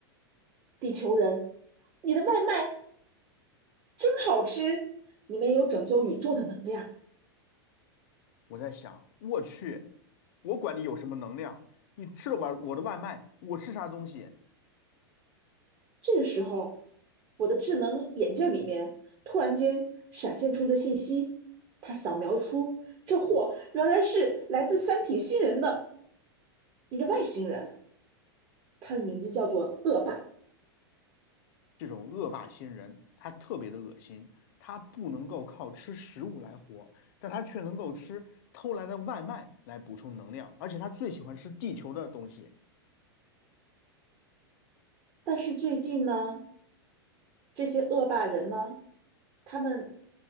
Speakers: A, on the right (about 35°); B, on the left (about 50°).
A: “地球人，你的外卖真好吃，里面有拯救宇宙的能量。”
B: 我在想，我去，我管你有什么能量，你吃了我我的外卖，我吃啥东西？
A: 这个时候，我的智能眼镜里面突然间闪现出一个信息，他扫描出这货原来是来自三体星人的一个外星人，他的名字叫做恶霸。
B: 这种恶霸星人，他特别的恶心，他不能够靠吃食物来活，但他却能够吃偷来的外卖来补充能量，而且他最喜欢吃地球的东西。
A: 但是最近呢，这些恶霸人呢，他们